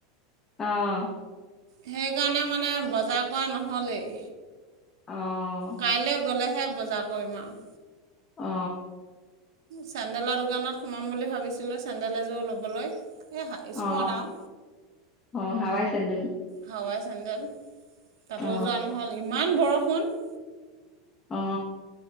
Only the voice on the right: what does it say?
সেইকাৰণে মানে বজাৰ কৰা নহ'লেই।
কাইলৈ গ'লেহে বজাৰ কৰিম আৰু।
চেণ্ডেলৰ দোকানত সোমাম বুলি ভাবিছিলো চেণ্ডেল এযোৰ ল'বলৈ! এই স্পন
আৰু
হাৱাই চেণ্ডেল তাতোও
যোৱা নহ'ল। ইমান বৰষুণ! !